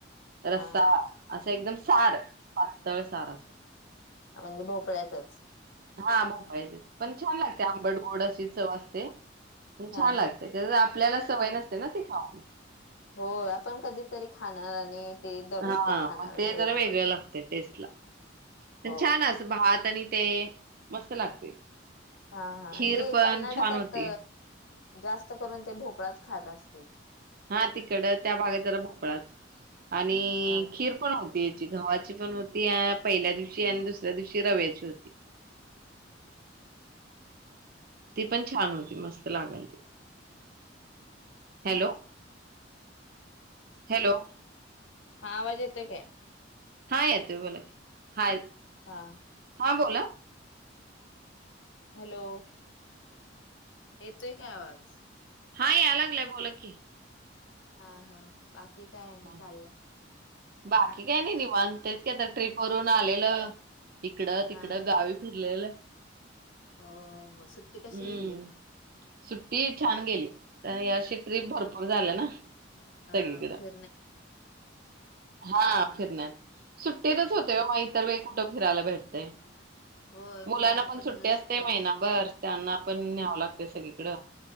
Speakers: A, on the right; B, on the left.
A: रस्सा
B: हा
A: असं एकदम सार पातळ सार असं
B: म्हणजे भोपळ्यातच
A: हा भाऊ पचे पण छान लागते आंबट गोड अशी चव असते म्ह
B: हा
A: छान लागत
B: हा
A: आपल्याला सवय नसते ना ते खाऊन.
B: हो आपण कधीतरी खाणार आणि ते दररोज
A: हा
B: ते खाणार
A: मग ते जरा
B: वेगळं
A: वेगळ
B: पडत
A: लागते टेस्टला
B: हो
A: पण छान अस भात आणि ते मस्त लागते.
B: हा हा
A: खीर
B: ते
A: पण
B: कर्नाटकात
A: छान होती.
B: जास्त करून ते भोपळाच खात असतील.
A: हा तिकडं त्या भागेत जरा भोपळाच आणि
B: हा
A: खीर पण होत. पियची गव्हाची पण होती पहिल्या दिवशी आणि दुसऱ्या दिवशी रव्याची होती. ती पण छान होती मस्त लागल ते, हॅलो. हॅलो
B: हा आवाज येतोय काय?
A: हा येतोय बोला की. हाय
B: हा
A: हां बोला
B: हॅलो येतोय काय आवाज?
A: हा याय लागलाय बोला की.
B: हा हा. बाकी काय आहे ना
A: हां.
B: चाललंय.
A: बाकी काय नाही निवांत तेच काय तर ट्रिपवरून आलेला. इकडं तिकडं
B: हा हा
A: गावी फिरलेलं.
B: हो मग सुट्टी कशी
A: हम्म.
B: गेली?
A: सुट्टी छान गेली तर या वर्षी ट्रिप भरपूर झालं ना.
B: हा
A: सगळीकडं.
B: भर
A: हा फिरण्यात सुट्टीतच होतं इतर वे कुठ फीरायला भेटतेय.
B: होय
A: मुलांना पण सुट्टी असते
B: सुट्ट्या
A: महिना
B: नसत
A: भर त्यांना पण न्यावं लागते सगळी. इकडं